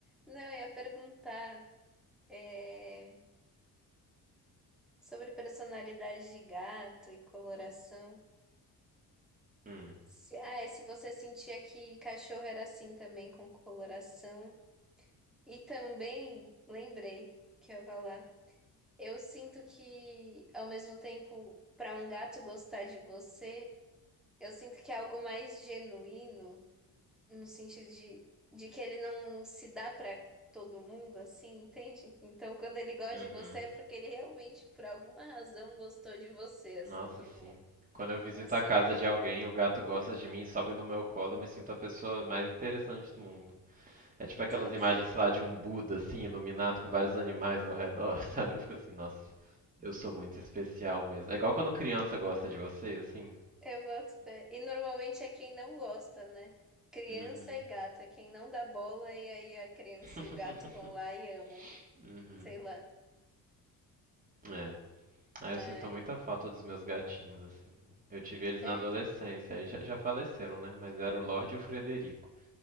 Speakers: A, in the centre; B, on the right (about 20°).
A: Não, eu ia perguntar é, sobre personalidade de gato e coloração.
B: Hum.
A: Se, ah, é se você sentia que cachorro era assim também, com coloração. E também lembrei que eu ia falar. Eu sinto que, ao mesmo tempo, para um gato gostar de você, eu sinto que é algo mais genuíno, no sentido de, de que ele não se dá para todo mundo, assim, entende? Então, quando ele gosta
B: Uhum.
A: de você, é porque ele realmente, por alguma razão, gostou de você, assim,
B: Nossa,
A: tipo,
B: sim. Quando eu visito
A: não sei.
B: a casa de alguém, o gato gosta de mim, sobe no meu colo, eu me sinto a pessoa mais interessante do mundo. É tipo aquelas
A: <laughs>
B: imagens, sei lá, de um Buda, assim, iluminado com vários animais ao redor, <laughs> sabe? Eu fico assim, nossa, eu sou muito especial mesmo. É igual quando criança gosta de você, assim.
A: Eu boto fé. E normalmente é quem não gosta, né? Criança
B: Uhum.
A: e gato, é quem não dá bola e aí a criança
B: <laughs>
A: e o gato vão lá e amam,
B: Uhum.
A: sei lá.
B: É. Ah,
A: Mas.
B: eu sinto muita falta dos meus gatinhos, assim. Eu tive eles
A: É.
B: na adolescência, aí já, já faleceram, né? Mas era o Lorde e o Frederico.